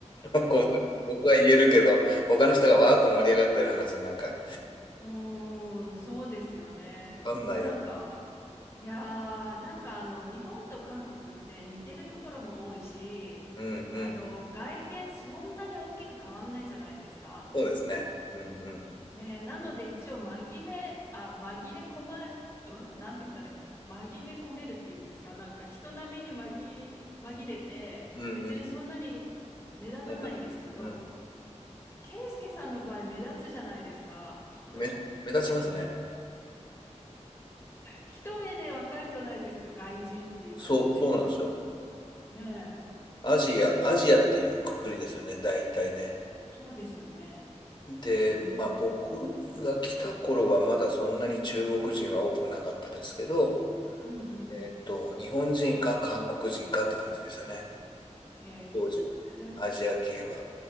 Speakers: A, on the left; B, on the left.
A: あのこう、僕は言えるけど、他の人がわーっと盛り上がってる話なんか、
B: うーん、そうですよね。
A: わかんないよな。
B: なんか、いやー、なんかあの、日本と韓国って似てるところも多いし、
A: うんうん。
B: あの、外見そんなに大きく変わんないじゃないですか。
A: そうですね。うんうん。
B: ねえなので一応紛め、あ、紛れ込ま、うん、なんて言ったらいいんだろう。紛め込めるっていうんですか。なんか人並みに紛、紛れて、
A: うんうん。
B: 別にそんなに目立たないんですけど、
A: 目立たない。うん。
B: ケイスケさんの場合目立つじゃないですか、きっと。
A: 目、目立ちますね。
B: 一目でわかるじゃないですか、外人っていう感じで。
A: そう、そうなんですよ。
B: ねえ、
A: アジア、アジアっていうくくりですよね、大体ね。
B: そうですよね。
A: で、
B: ね
A: まあ僕が来た頃はまだそんなに中国人は多くなかったですけど、
B: え。うんうん。
A: えっと、日本人か韓国人かって感じでしたね。
B: へ
A: 当時はね。アジア系は。
B: え。